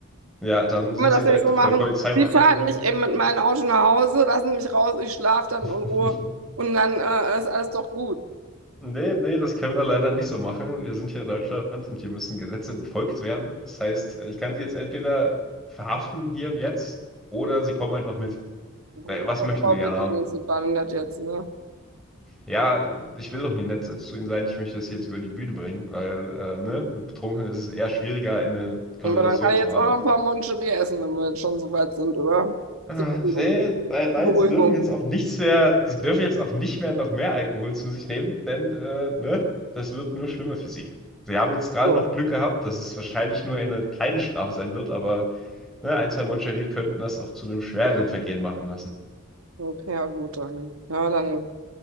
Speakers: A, in the centre; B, on the right.
A: Ja, dann sind
B: können wir
A: Sie
B: das
A: ja
B: nicht
A: direkt
B: so
A: auf
B: machen?
A: der Polizeiwache,
B: Sie fahren
A: ne?
B: mich eben mit meinem Auto nach Hause, lassen mich raus, ich schlafe dann
A: <laughs>
B: in Ruhe und dann äh, ist alles doch gut.
A: Nee, nee, das können wir leider nicht so machen. Wir sind hier in Deutschland und hier müssen Gesetze befolgt werden. Das heißt, ich kann Sie jetzt entweder verhaften hier und jetzt oder Sie kommen einfach mit.
B: Das ist
A: Äh, Was
B: doch
A: möchten
B: aber
A: Sie gerne
B: wirklich
A: haben?
B: nicht so gerade nett jetzt, ne?
A: Ja, ich will doch nie nett zu Ihnen sein. Ich möchte das jetzt über die Bühne bringen, weil, äh, ne, mit Betrunken ist es eher schwieriger, eine Konversation
B: Aber dann kann ich
A: zu
B: jetzt
A: haben.
B: auch noch ein paar Moncherie essen, wenn wir jetzt schon so weit sind, oder?
A: Ah,
B: Zur Beruhigung.
A: Nee, nein, nein,
B: Zur Beruhigung.
A: sie dürfen jetzt auch nichts mehr, sie dürfen jetzt auch nicht mehr noch mehr Alkohol zu sich nehmen, denn äh, ne, das wird nur schlimmer für sie. Sie haben jetzt gerade
B: So.
A: noch Glück gehabt, dass es wahrscheinlich nur eine kleine Strafe sein wird, aber ne, ein, zwei Moncherie könnten das auch zu einem schwereren Vergehen machen lassen.
B: Okay, ja gut, dann. Ja, dann,